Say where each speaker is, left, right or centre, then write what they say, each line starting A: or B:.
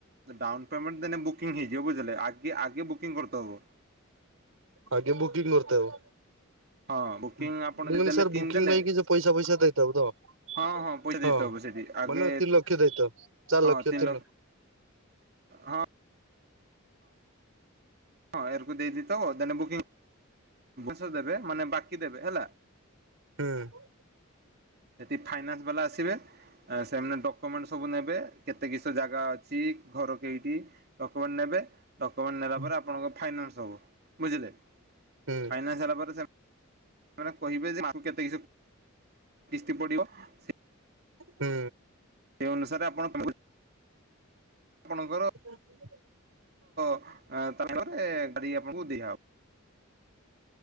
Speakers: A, on the right; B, on the right.
A: ଡାଉନ୍ ପେମେଣ୍ଟ ଦେନେ ବୁକିଂ ହେଇଯିବ। ବୁଝିଲେ ଆଗେ ଆଗେ ବୁକିଂ କରିତେହବ।
B: ଆଗେ ବୁକିଂ କରିତେହବ।
A: ହଁ ବୁକିଂ
B: ମୁଁ,
A: ଆପଣ
B: କହିନି
A: ଯଦି ଦେଲେ
B: ସାର୍
A: ତିନି
B: ବୁକିଂ
A: ଦେଲେ
B: ପାଇଁ କିସ ପଇସା ଫଇସା ଦେଇତେହବ ତ?
A: ହଁ ପଇସା ଦେଇତେ
B: ହଁ,
A: ହବ ସେଠି ଆଗେ
B: ମାନେ ତିନି ଲକ୍ଷ ଦେଇ ତ, ଚାରି
A: ହଁ
B: ଲକ୍ଷ
A: ତିନି
B: ତିନ
A: ହଁ। ହଁ, ଏହାରକୁ ଦେଇଦେଇ ଥବ ଦେନେ ବୁକିଂ ଭୋସୋ ଦେବେ ମାନେ, ବାକି ଦେବେ ହେଲା।
B: ହୁଁ। <inaudible>
A: ସେଠି ଫାଇନାନ୍ସ ବାଲା ଆସିବେ। ସେମାନେ ଡକମେଣ୍ଟ ସବୁ ନେବେ। କେତେ କିସ ଜାଗା ଅଚ୍ ଚି ଘର କେଇଟି ଡକୁମେଣ୍ଟ ନେବେ। ଡକୁମେଣ୍ଟ ନେଲା
B: ହୁଁ
A: ପରେ ଆପଣଙ୍କ ଫାଇନାନ୍ସ ହବ। ବୁଝିଲେ,
B: ହୁଁ
A: ଫାଇନାନ୍ସ ହେଲା ପରେ ସେ ମାନେ କହିବେ ଯେ, ମାସକୁ କେତେ କିସ କିସ୍ତି ପଡିବ। ସେ
B: ହୁଁ।
A: ସେ ଅନୁସାରେ ଆପଣ <inaudible> ଆପଣଙ୍କର
B: <inaudible>
A: <inaudible> ତା'ପରେ ଗାଡି ଆପଣଙ୍କୁ ଦିଆହବ।